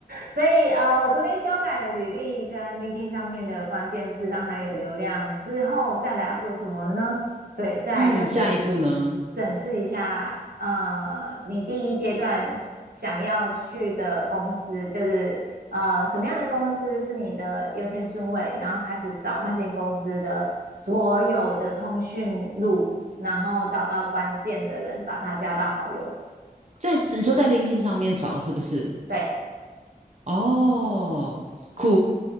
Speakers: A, on the right (about 85°); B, on the right (about 45°).
A: 所以呃，我昨天修改了履历跟 LinkedIn 上面的关键字，让它有流量之后，再来要做什么呢？对，再来就是
B: 嗯，下一步呢？
A: 审视一下，呃，你第一阶段想要去的公司，就是呃什么样的公司是你的优先顺位，然后开始扫那些公司的所有的通讯录，然后找到关键的人，把他加到好友。
B: 在你说在 LinkedIn 上面扫是不是？
A: 对
B: 哦，酷，